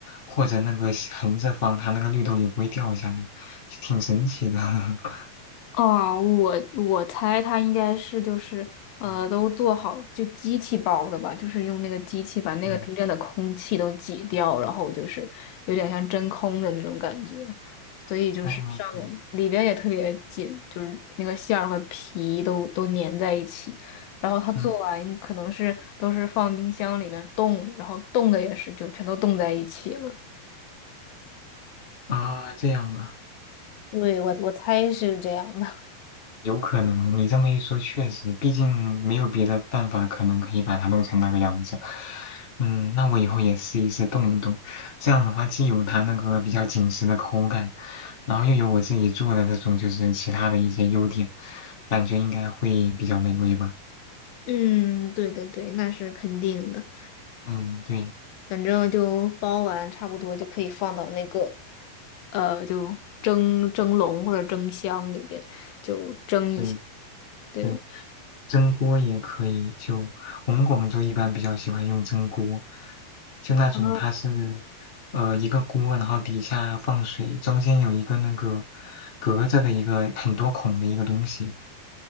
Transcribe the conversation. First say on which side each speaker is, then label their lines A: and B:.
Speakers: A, on the left; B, on the left.
A: 或者那个横着放，它那个绿豆也不会掉下来，就挺神奇的。<laughs>
B: 哦，我我猜它应该是就是呃，
A: 嗯
B: 都做好就机器包的吧，就是用那个机器把那个中间的空气都挤掉，
A: 嗯，
B: 然后就是有点像真空的那种感觉，所以就是上面里边也特别紧，
A: 哦对，
B: 就是那个馅儿和皮都都粘在一起。然后它做完可能是都是放冰箱里面冻的，
A: 嗯
B: 然后冻的也是就全都冻在一起了。
A: 啊这样啊。
B: 对，我我猜是这样的。
A: 有可能，你这么一说，确实，毕竟没有别的办法，可能可以把它弄成那个样子。嗯，那我以后也试一试动一动，这样的话既有它那个比较紧实的口感，然后又有我自己做的这种就是其他的一些优点，感觉应该会比较美味吧。
B: <laughs> 嗯，对对对，那是肯定的。
A: 嗯，对，
B: 反正就包完差不多就可以放到那个，呃，就蒸蒸笼或者蒸箱里边就蒸一下。
A: 嗯，
B: 对，
A: 对。蒸锅也可以，就我们广州一般比较喜欢用蒸锅，就那种它是呃一个锅，
B: 啊，
A: 然后底下放水，中间有一个那个隔着的一个很多孔的一个东西，